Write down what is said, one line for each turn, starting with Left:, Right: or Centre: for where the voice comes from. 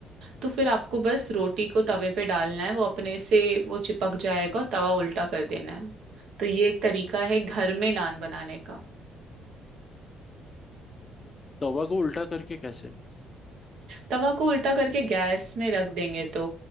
Right: तो फिर आपको बस रोटी को तवे पे डालना है वो अपने से वो चिपक जाएगा और तवा उल्टा कर देना है तो ये एक तरीका है घर में नान बनाने का
Left: तवा को उल्टा करके कैसे
Right: तवा को उल्टा करके गैस में रख देंगे तो